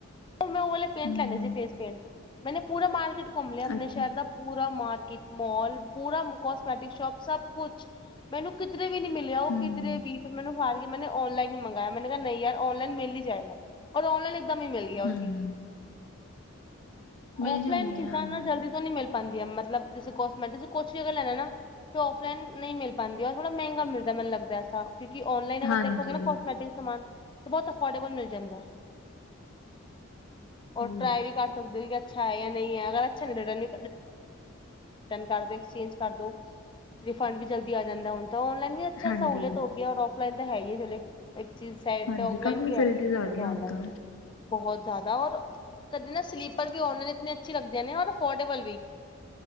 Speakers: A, on the left; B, on the left.
A: ਮੈਂ ਉਹ ਵਾਲੇ ਪੇਂਟ
B: ਹੂੰ
A: ਲੈਣੇ ਸੀ ਫੇਸ ਪੇਂਟ ਮੈੇਨੇ ਪੂਰਾ ਮਾਰਕੀਟ ਘੁੰਮ ਲਿਆ ਆਪਣੇ
B: ਅੱਛਾ
A: ਸ਼ਹਿਰ ਦਾ ਪੂਰਾ ਮਾਰਕੀਟ ਮਾਲ ਪੂਰਾ ਕੋਸਮੈਟਿਕ ਸ਼ੋਪ ਸਭ ਕੁਛ ਮੈਨੂੰ ਕਿਧਰੇ ਵੀ ਨੀ ਮਿਲਿਆ ਉਹ
B: ਹੂੰ
A: ਕਿਧਰੇ ਵੀ ਤੇ ਮੈਨੂੰ ਹਾਰ ਔਨਲਾਈਨ ਹੀ ਮੰਗਾਇਆ ਮੈਂਨ ਕਿਹਾ ਨਹੀਂ ਯਾਰ ਨਲਾਈਨ ਮਿਲ ਹੀ ਜਾਏਗਾ, ਔਰ ਔਨਲਾਈਨ ਇਕਦਮ ਹੀ ਮਿਲ ਗਿਆ
B: ਹੂੰ
A: ਉਹ ਚੀਜ਼
B: ਮਿਲ
A: ਔਫਲਾਈਨ
B: ਜਾਂਦੀ
A: ਚੀਜ਼ਾਂ
B: ਹੈ ਔਨਲਾਈਨ
A: ਨਾ ਜਲਦੀ ਤੋਂ ਨੀ ਮਿਲ ਪਾਉਦੀਆਂ ਮਤਲਬ ਜ ਕੋਸਮੈਟਿਕ, ਕੁਛ ਵੀ ਅਗਰ ਲੈਣਾ ਨਾ ਔਫਲਾਈਨ ਨਹੀਂ ਮਿਲ ਪਾਦੀ ਔਰ ਥੋੜਾ ਮਹਿੰਗਾ ਮਿਲਦਾ ਮੈਨੂੰ ਲੱਗਦਾ ਐਸਾ ਕਿਉਂਕ ਔਨਲਾਈਨ ਅਗਰ
B: ਹਾਂਜੀ
A: ਦੇਖੋਗੇ ਨਾ ਕੋਸਮੈਟਿਕ ਸਮਾਨ ਤੇ ਬਹੁਤ ਅਫੋਰਡੇਬਲ ਮਿਲ ਜਾਂਦਾ ਹੈ
B: ਸਹੀ
A: ਉਹ ਟਰਾਏ
B: ਹੈ
A: ਵੀ ਸਕਦੇ ਹੋ, ਅੱਛਾ ਹੈ ਜਾਂ ਨਹੀਂ ਹੈ ਅਗਰ ਅੱਛਾ ਨੀ ਹੈ ਰਿਟਰਨ ਕਰ ਦੋ ਐਕਸਚੇਂਜ ਕਰ ਦੋ ਰਿਫੰਡ ਵੀ ਜਲਦੀ ਆ ਜਾਂਦਾ, ਹੁਣ ਤਾਂ ਔਨਲਾਈਨ ਵੀ ਅੱਛਾ
B: ਹਾਂਜੀ
A: ਸਹੂਲਅਤ ਹੋ ਗਈ ਔਰ ਔਫਲਾਈਨ ਤਾਂ ਹੈ ਹੀ ਹੈ ਚਲੇ ਇੱਕ ਚੀਜ਼ ਸਾਈਟ
B: ਹਾਂਜੀ
A: ਤੇ ਔਫਲਾਈਨ
B: ਕਾਫੀ
A: ਵੀ
B: ਫੈਸਿਲਿਟੀਜ਼
A: ਹੈ ਤੇ
B: ਆ ਗਈਆਂ
A: ਔਨਲਾਈਨ
B: ਹੁਣ ਤਾਂ
A: ਵੀ ਬਹੁਤ ਜ਼ਿਆਦਾ ਔਰ ਕਦੀ ਨਾ ਸਲੀਪਰ ਵੀ ਔਨਲਾਈਨ ਇਤਨੇ ਅੱਛੇ ਲਗਦੇ ਨੇ ਔਰ ਅਫੋਰਡੇਬਲ ਵੀ